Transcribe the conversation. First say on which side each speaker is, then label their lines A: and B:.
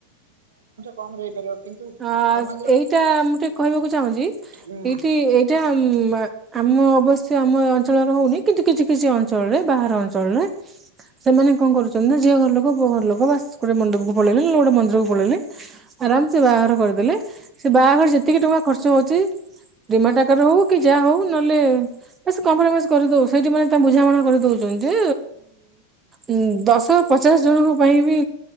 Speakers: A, on the right; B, on the right.
A: କମ ରେ ହେଇପାରିବ। କିନ୍ତୁ
B: ଆ
A: ସମାଜର
B: ସ ସେଇଟା ମୁଁ ଟିକେ କହିବାକୁ ଚାହୁଁଛି
A: ହୁଁ
B: ଏଇଠି ଏଇଟା ମା ଆମ ଅବଶ୍ୟ ଆମ ଏ ଅଞ୍ଚଳରେ ହଉନି କିନ୍ତୁ କିଛି କିଛି ଅଞ୍ଚଳରେ ବାହାର ଅଞ୍ଚଳରେ ସେମାନେ କଣ କରୁଛନ୍ତି ନା ଝିଅ ଘର ଲୋକ ପୁଅ ଘର ଲୋକ ବାସ ଗୋଟେ ମଣ୍ଡପକୁ ପଳେଇଲେ ନହେଲେ ଗୋଟେ ମନ୍ଦିର କୁ ପଳେଇଲେ ଆରାମ ସେ ବାହାଘର କରିଦେଲେ ସେ ବାହାଘର ଯେତିକି ଟଙ୍କା ଖର୍ଚ୍ଚ ହଉ ଚି ଡିମାଟ ଆକାର ରେ ହଉ କି ଯାହା ହଉ ନହେଲେ ବସ କମ୍ପ୍ରମାଇଜ କରିଦଉ ସେଇଠି ମାନେ ତା ବୁଝାମଣା କରିଦଉଛନ୍ତି ଯେ ଉ ଦଶ ପଚାଶ ଜଣଙ୍କ ପାଇଁ ବି